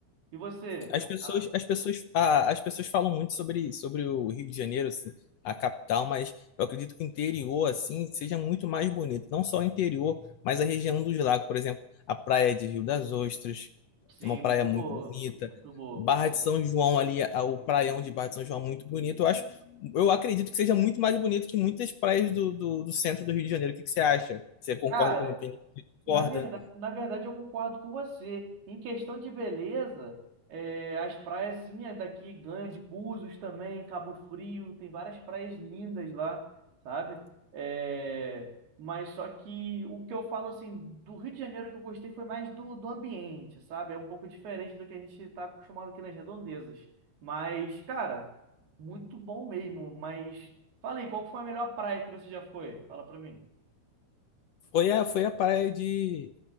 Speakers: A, on the right (about 85°); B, on the left (about 85°).
A: E você?
B: As pessoas,
A: Ah,
B: as pessoas, a- as pessoas falam muito sobre, sobre o Rio de Janeiro, assim, a capital, mas eu acredito que o interior, assim, seja muito mais bonito. Não só o interior, mas a região dos lagos, por exemplo, a praia de Rio das Ostras,
A: sim,
B: é uma praia
A: muito
B: muito
A: boa.
B: bonita.
A: Muito boa,
B: Barra
A: muito
B: de
A: boa.
B: São João ali, a- o praião de Barra de São João é muito bonito. Eu acho, eu acredito que seja muito mais bonito que muitas praias do, do, do centro do Rio de Janeiro. O que que você acha? Você concorda
A: Cara,
B: com a minha opinião?
A: Na
B: Concorda?
A: verdade, na verdade, eu concordo com você. Em questão de beleza, é, as praias, sim, é daqui ganham de Búzios também, Cabo Frio, tem várias praias lindas lá, sabe? É, mas só que o que eu falo, assim, do Rio de Janeiro que eu gostei foi mais do, do ambiente, sabe? É um pouco diferente do que a gente está acostumado aqui nas redondezas. Mas, cara, muito bom mesmo. Mas, fala aí, qual que foi a melhor praia que você já foi? Fala pra mim.
B: Foi a, foi a praia de